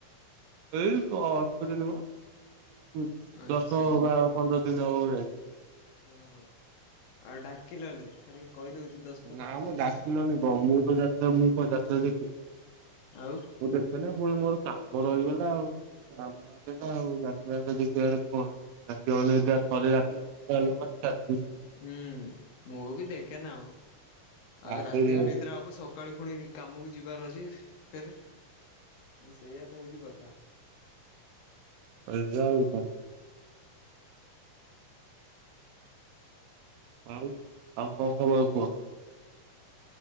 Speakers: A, on the right; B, on the left.
A: ଏଇ ଅଳ୍ପ ଦିନ ହ ଏଇ
B: ଆଚ୍ଛା
A: ଦଶ ବା ପନ୍ଦର ଦିନ ହବ ଯାଇଛି।
B: ଓହୋ ଆଉ ଡାକିଲନି ଖାଲି କହିଦଉଛନ୍ତି ତ
A: ନା ମୁଁ ଡ଼ାକିଲନି କ ମୁଁ ତ ଯାତ୍ରା ମୁଁ କଣ ଯାତ୍ରା ଦେଖି ମୁଁ
B: ଆଉ
A: ଦେ କଁ ନା ପୁଣି ମୋର କାମ ରହିଗଲା ଆଉ କଣ କହ କାମ ଆସଲା ଆଉ ଯାତ୍ରା ଯାତା ଦେଖିବା କଣ ଅଛି। ରାତି ଥରେ ରାତି <unintelligible>
B: ହୁଁ ମୁଁ ବି ଦେଖେ ନା ଆଉ ଆଉ
A: ଆଗରେ
B: ରାତି ଅନ
A: ହଁ
B: ନିଦ୍ରା ଆବ ସକା ସକାଳୁ ପୁଣି କାମକୁ ଯିବାର ଅଛି ଫେରେ ସେଇଆ ତ ହେଉଛି କଥା।
A: ଆ ଯାଉ କଣ <unintelligible> ହଉ ଆଉ କଣ ଖବର କୁହ?